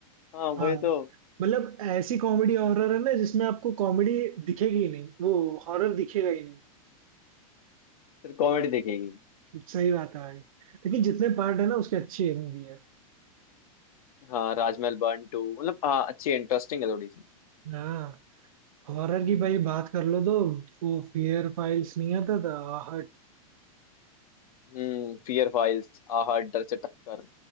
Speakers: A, on the left (about 80°); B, on the right (about 75°).
A: हाँ वही
B: हाँ
A: तो
B: मतलब ऐसी कॉमेडी हॉरर है ना जिसमें आपको कॉमेडी दिखेगी ही नहीं वो हॉरर दिखेगा ही नहीं
A: फिर कॉमेडी देखेगी
B: सही बात है भाई लेकिन जितने पार्ट है ना उसके अच्छी मूवी है
A: हाँ राजमहल वन टू मतलब हाँ अच्छी इंटरेस्टिंग है थोड़ी सी
B: हाँ हॉरर की भाई बात कर लो तो वो फियर फाइल्स नहीं आता था आहट
A: हम्म फियर फाइल्स आहा डर से टक्कर